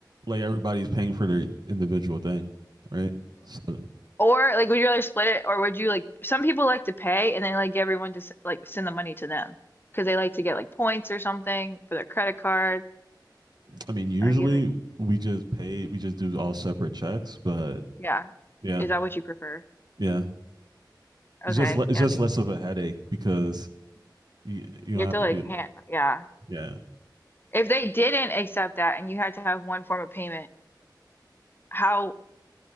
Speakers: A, on the right; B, on the left.
A: like everybody's paying for their individual thing, right? So,
B: or like, would you rather split it, or would you like? Some people like to pay, and they like everyone to s- like send the money to them because they like to get like points or something for their credit card.
A: I mean, usually
B: Are you like,
A: we just pay. We just do all separate checks, but
B: yeah?
A: yeah,
B: Is that what you prefer?
A: yeah. It's
B: Okay,
A: just le- it's
B: yeah,
A: just
B: me
A: less
B: too.
A: of a headache because you you
B: You
A: don't
B: have
A: have
B: to
A: to
B: like
A: be.
B: hand, yeah.
A: Yeah.
B: If they didn't accept that and you had to have one form of payment, how